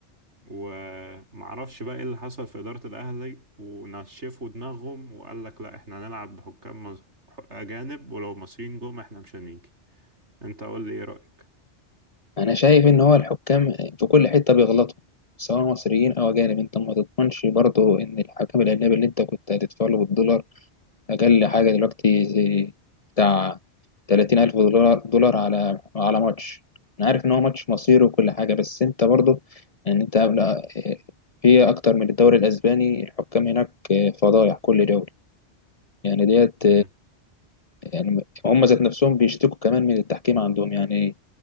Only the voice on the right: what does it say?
ومعرفش بقى ايه اللي حصل في اداره الاهلي ونشفوا دماغهم وقال لك لا احنا هنلعب بحكام مص- اجانب ولو مصريين جم احنا مش هنيجي انت قول لي ايه رايك
امم